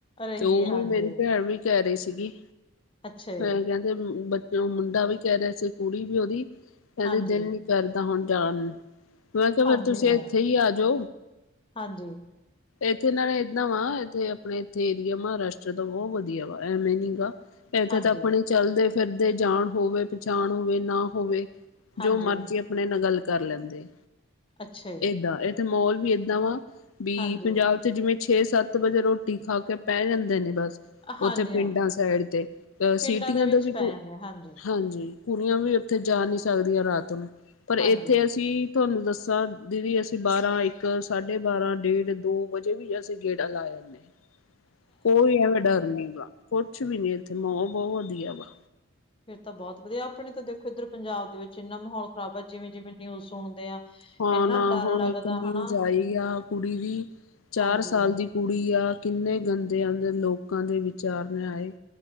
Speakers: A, on the left; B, on the left.
A: ਰਹੀ
B: 'ਤੇ ਉਹ
A: ਹੈ ਹਾਂਜੀ
B: ਮ ਮੇਰੀ ਭੈਣ ਵੀ ਕਹਿ ਰਹੀ ਸੀਗੀ,
A: ਅੱਛਾ
B: ਮੈਂ
A: ਜੀ
B: ਕਹਿੰਦੇ ਬੱਚੇ ਨੂੰ ਮੁੰਡਾ ਵੀ ਕਹਿ ਰਿਹਾ ਸੀ ਕੁੜੀ ਵੀ ਉਹਦੀ ਕਹਿੰਦੇ
A: ਹਾਂਜੀ
B: ਦਿਲ ਨੀ ਕਰਦਾ ਹੁਣ ਜਾਣ ਨੂੰ, ਮੈਂ ਕਿਹਾ
A: ਹਾਂਜੀ
B: ਫੇਰ ਤੁਸੀਂ
A: ਹਾਂ
B: ਏ ਏਥੇ ਈ ਆਜੋ।
A: ਹਾਂਜੀ
B: ਇੱਥੇ ਨਾਲੇ ਨਵਾ, ਇੱਥੇ ਆਪਣੇ ਇੱਥੇ ਏਰੀਆ ਮਹਾਰਾਸ਼ਟਰ ਦਾ ਬਹੁਤ ਵਧੀਆ ਵਾ, ਐਵੇਂ ਨੀ ਗਾ ਇੱਥੇ
A: ਹਾਂਜੀ
B: ਤਾਂ ਆਪਣੇ ਚਲਦੇ-ਫਿਰਦੇ ਜਾਣ ਹੋਵੇ, ਪਛਾਣ ਹੋਵੇ ਨਾ ਹੋਵੇ
A: ਹਾਂਜੀ,
B: ਜੋ ਮਰਜ਼ੀ ਆਪਣੇ ਨਾਂਲ ਗੱਲ ਕਰ ਲੈਂਦੇ।
A: ਅੱਛਾ ਈ।
B: ਦਾ ਇਥੇ ਮਾਹੌਲ ਵੀ ਏਦਾਂ ਵਾ, ਵੀ
A: ਹਾਂਜੀ,
B: ਪੰਜਾਬ 'ਤੇ ਜਿਵੇਂ ਛੇ-ਸੱਤ ਵਜੇ ਰੋਟੀ ਖਾ ਕੇ ਪੈ ਜਾਂਦੇ ਨੇ ਬਸ
A: ਹਾਂਜੀ
B: ਉੱਥੇ ਪਿੰਡਾਂ
A: ਹਾਂ,
B: ਸਾਈਡ 'ਤੇ, ਅਹ
A: ਪਿੰਡਾਂ
B: ਸਿਟੀਆਂ
A: ਦੇ ਵਿੱਚ
B: ਦਾ ਵੀ
A: ਪੈ
B: ਕੋ,
A: ਜਾਂਦੇ ਹਾਂਜੀ,
B: ਹਾਂਜੀ। ਕੁੜੀਆਂ ਵੀ ਉੱਥੇ ਜਾ ਨੀ ਸਕਦੀਆਂ ਰਾਤ ਨੂੰ, ਪਰ
A: ਹਾਂਜੀ,
B: ਏਥੇ ਅਸੀਂ ਤੁਹਾਨੂੰ ਦੱਸਾਂ ਦੀਦੀ ਅਸੀਂ ਬਾਰਾਂਹ, ਇੱਕ, ਸਾਢੇ ਬਾਰਾਂਹ, ਡੇਢ ਦੋ ਵਜੇ ਵੀ ਅਸੀਂ ਗੇੜਾ ਲਾ ਆਨੇ ਆ। ਕੋਈ ਐਵੇਂ ਡਰ ਨੀ ਗਾ, ਕੁਛ ਵੀ ਨੀ, ਇੱਥੇ ਮਾਹੌਲ ਬਹੁਤ ਵਧੀਆ ਵਾ।
A: ਫੇਰ ਤਾਂ ਬਹੁਤ ਵਧੀਆ, ਆਪਣੇ ਤਾਂ ਦੇਖੋ ਏਧਰ ਪੰਜਾਬ ਦੇ ਵਿੱਚ ਇੰਨਾ ਮਾਹੌਲ ਖ਼ਰਾਬ ਆ ਜਿਵੇਂ-ਜਿਵੇਂ ਨਿਊਜ਼ ਸੁਣਦੇ ਆ
B: ਹਾਂ
A: ਇੰਨਾ
B: ਨਾ
A: ਡਰ
B: ਹੁਣ
A: ਲੱਗਦਾ
B: ਇੱਕ ਨਿਊਜ਼
A: ਹਨਾ,
B: ਆਈ ਆ ਕੁੜੀ ਦੀ, ਚਾਰ
A: ਹਾਂਜੀ,
B: ਸਾਲ ਦੀ ਕੁੜੀ ਆਂ ਕਿੰਨੇ ਗੰਦੇ ਆਂਦੇ ਲੋਕਾਂ ਦੇ ਵਿਚਾਰ ਨੇ ਆਏ।